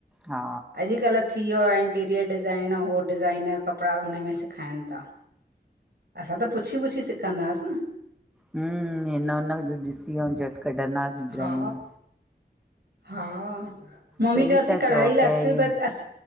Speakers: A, in the centre; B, on the right.
A: हा
B: अॼकल्ह थी व्यो आ, इंटीरियर डिज़ाइन, हो डिज़ाइनर कपड़ा बि उनमें सिखाइन ता, असां त पुछी पुछी सिखंदाहास न।
A: हूं, हिन हुन जो ॾिसी, अऊं झट कढ़ंदाहासीं डिज़ाइनूं।
B: हा हा, मम्मी
A: सही
B: चवांसयती,
A: था
B: कढ़ाई
A: चओ
B: लाइ
A: पिया
B: असी
A: इहे
B: रुपया ती अस्